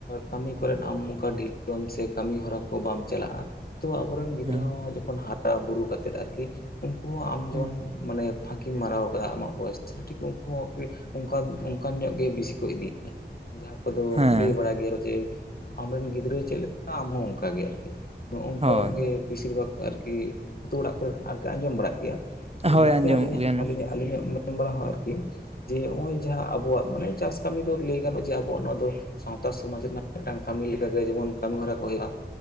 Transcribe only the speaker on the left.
ᱠᱟᱹᱢᱤ ᱠᱚᱨᱮᱱ ᱟᱢ ᱚᱱᱠᱟ ᱰᱷᱮᱨᱚ ᱟᱢ ᱥᱮ ᱠᱟᱹᱢᱤ ᱦᱚᱨᱟ ᱠᱚ ᱵᱟᱢ ᱪᱟᱞᱟᱜᱼᱟ ᱛᱚ ᱟᱵᱚᱨᱮᱱ ᱜᱤᱫᱽᱨᱟᱹ
ᱦᱚᱸ ᱡᱚᱠᱷᱚᱱ ᱦᱟᱨᱟ ᱵᱩᱨᱩ ᱠᱟᱛᱮᱜ ᱟᱨᱠᱤ ᱩᱱᱠᱩ ᱦᱚᱸ ᱟᱢ ᱡᱮᱢᱚᱱ
ᱢᱟᱱᱮ ᱯᱷᱟᱸᱠᱤᱢ ᱢᱟᱨᱟᱣ ᱠᱟᱫᱟ ᱟᱢᱟᱜ ᱵᱚᱭᱮᱥ- ᱯᱷᱮᱥᱤᱞᱤᱴᱤ ᱩᱱᱠᱩ ᱦᱚᱸ ᱚᱱᱠᱟᱱ ᱧᱚᱜ ᱜᱮ ᱵᱤᱥᱤ ᱠᱚ ᱤᱫᱤᱭᱤᱭᱟ ᱠᱚᱫᱚ
ᱞᱟᱹᱭ ᱵᱟᱲᱟᱭ ᱜᱮᱭᱟ ᱡᱮ ᱟᱢᱨᱮᱱ ᱜᱤᱫᱽᱨᱟᱹ ᱪᱮᱫ ᱞᱮᱠᱟ ᱟᱢᱦᱚᱸ ᱚᱱᱠᱟᱜᱮ ᱟᱨᱠᱤ ᱱᱚᱝᱠᱟ
ᱧᱚᱜ ᱜᱮ
ᱵᱮᱥᱤᱨ ᱵᱷᱟᱜ ᱟᱨᱠᱤ ᱟᱹᱛᱩ ᱚᱲᱟᱜ ᱠᱚᱨᱮ ᱟᱨᱠ ᱟᱸᱡᱚᱢ ᱵᱟᱲᱟᱜ ᱜᱮᱭᱟ᱾ ᱛᱚ
ᱚᱱᱟᱛᱮ
ᱟᱹᱞᱤᱧᱟᱜ
ᱟᱹᱞᱤᱧᱟᱜ ᱢᱮᱱ ᱵᱟᱲᱟ ᱦᱚᱸ ᱟᱨᱠᱤ ᱡᱮ ᱱᱚᱜᱼᱚᱭ ᱡᱟᱦᱟᱸ ᱟᱵᱚᱣᱟᱜ ᱢᱟᱱᱮ ᱪᱟᱥ ᱠᱟᱹᱢᱤ ᱫᱚ ᱞᱟᱹᱭ ᱜᱟᱱᱚᱜᱼᱟ ᱡᱮ ᱟᱵᱚᱣᱟᱜ ᱱᱚᱣᱟ ᱫᱚ ᱥᱟᱶ ᱥᱟᱱᱛᱟᱲ ᱥᱚᱢᱟᱡᱽ ᱨᱮᱱᱟᱜ ᱢᱤᱫᱴᱟᱝ ᱠᱟᱹᱢᱤ ᱞᱮᱠᱟᱜᱮ ᱡᱮᱢᱚᱱ ᱠᱟᱹᱢᱤ ᱦᱚᱨᱟ ᱠᱚ ᱦᱩᱭᱩᱜᱼᱟ